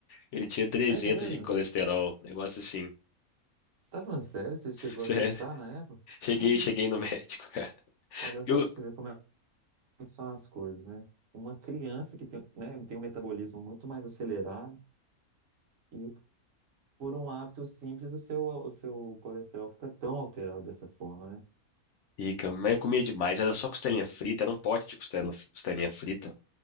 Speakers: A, on the left; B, on the right.
A: eu tinha 300
B: É mesmo?
A: de colesterol. Negócio assim.
B: Você tá falando sério?
A: <laughs>
B: Você chegou
A: Sério.
B: a testar na época?
A: Cheguei,
B: Ah,
A: cheguei no médico, cara.
B: olha só
A: Eu,
B: pra você ver como é que são as coisas, né? Uma criança que tem, né, tem um metabolismo muito mais acelerado e por um hábito simples o seu, o seu colesterol fica tão alterado dessa forma, né?
A: Fica, mas eu comia demais, era só costelinha frita, era um pote de costela, costelinha frita.